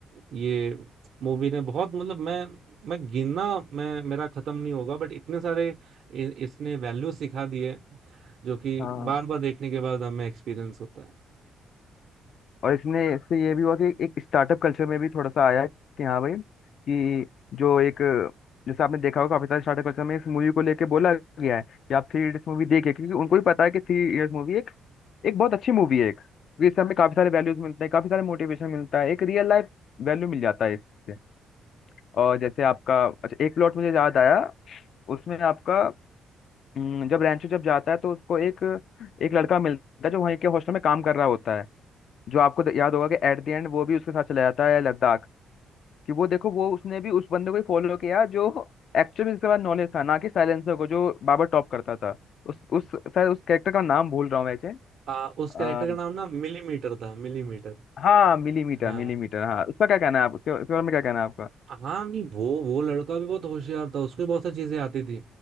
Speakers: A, on the right; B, on the left.
A: ये मूवी ने बहुत मतलब मैं मैं गिनना मैं मेरा खत्म नहीं होगा बट इतने सारे इ, इसने वैल्यू सिखा दिए जो कि
B: हाँ
A: बार बार देखने के बाद हमें एक्सपीरियंस होता है
B: और इसमें इससे ये भी हुआ कि एक स्टार्टअप कल्चर में भी थोड़ा सा आया कि हाँ भाई कि जो एक जैसे आपने देखा होगा काफी सारे स्टार्टअप कल्चर में इस मूवी को लेके बोला गया है कि आप थ्री इडियट्स मूवी देखिए क्योंकि उनको भी पता है कि थ्री इडियट्स मूवी एक एक बहुत अच्छी मूवी है एक क्योंकि इससे हमें काफी सारे वैल्यूज मिलते हैं काफी सारे मोटिवेशन मिलता है एक रियल लाइफ वैल्यू मिल जाता है इससे और जैसे आपका अच्छा एक प्लॉट मुझे याद आया उसमें आपका हम्म, जब रैंचो जब जाता है तो उसको एक एक लड़का मिलता है जो वहीं के हॉस्टल में काम कर रहा होता है जो आपको द- याद होगा कि एट द एंड वो भी उसके साथ चला जाता है लद्दाख कि वो देखो वो उसने भी उस बंदे को ही फॉलो किया जो एक्चुअल में इसके पास नॉलेज था ना कि साइलेंसर को जो बाबर टॉप करता था उस उस शायद उस कैरेक्टर का नाम भूल रहा हूँ वैसे
A: आ, उस कैरेक्टर
B: आ,
A: का नाम ना मिलीमीटर था मिलीमीटर
B: हाँ मिलीमीटर
A: हाँ
B: मिलीमीटर हाँ उसका क्या कहना है आप उसके उसके बारे में क्या कहना है आपका
A: हाँ नहीं वो वो लड़का भी बहुत होशियार था उसको भी बहुत सारी चीजें आती थी